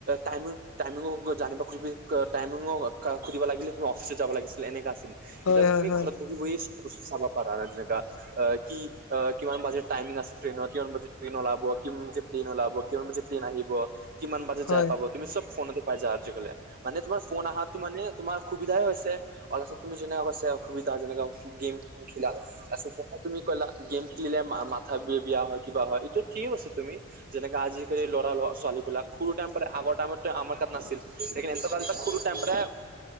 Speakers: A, on the right; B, on the left.
A: টাইমিং-টাইমিং ওপৰত যা আনিব খুজিবি ক টাইমিঙো সুধিব লাগিলে তুমি অফিচত যাব লাগিছিল এনেকা আছিল। এতিয়া
B: হয়
A: তুমি
B: হয়
A: ঘৰত বহি বহিয়েই বস্তু চাবা পাৰা না যেনেকা আহ কি আহ কিমান বাজাত টাইমিং আছে ট্ৰেইনৰ, কিমান বাজিত ট্ৰেইন ওলাব, কিমান বাজিত প্লেইন ওলাব, কিমান বাজিত প্লেন আহিব কিমান বাজাত
B: হয়
A: যাই পাব? তুমি চব ফোনতে পাই যাবা আজিকালি মানে তোমাৰ ফোন অহাটো মানে তোমাৰ সুবি সুবিধা হৈছে অলচ তুমি যেনেকা পাইছি অসুবিধা যেনেকা গেম খেলিলা তাৰপিছত তুমি কলা গেম খেলিলে মা-মা থাপি বিয়া হয় কিবা হয় এইটো ঠিকে কৈছে তুমি, যেনেকা আজিকালি ল'ৰা ল-ছোৱালীবিলাক সৰু টাইম পৰাই আ আগৰ টাইমতে আমাৰ তাত নাছিল, লেকেন এহঁতৰ টাইমত খুব এম্প্ৰে